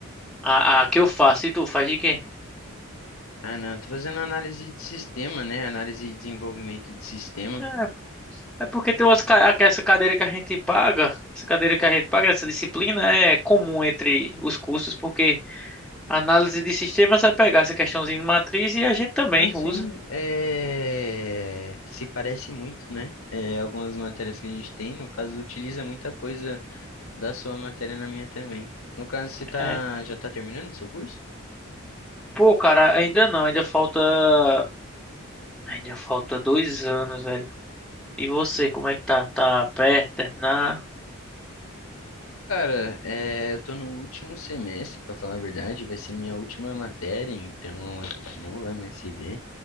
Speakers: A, in the centre; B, on the left.
A: A, a que eu faço, e tu faz de quê?
B: Ah, não, eu tô fazendo análise de sistema, né? Análise e desenvolvimento de sistema.
A: É, é porque tem umas, ca- aque- essa cadeira que a gente paga, essa cadeira que a gente paga, essa disciplina é comum entre os cursos, porque. Análise de sistemas vai pegar essa questãozinha de matriz e a gente também
B: Não sim
A: usa.
B: é... se parece muito, né? É, algumas matérias que a gente tem, no caso, utiliza muita coisa da sua matéria na minha também. No caso, você tá...
A: É. É.
B: já tá terminando o seu curso?
A: Pô, cara, ainda não, ainda falta. Ainda falta dois anos, velho. E você, como é que tá? Tá perto de terminar?
B: Cara, é, eu tô no último semestre, pra falar a verdade, vai ser minha última matéria, então a gente não vai mais se ver.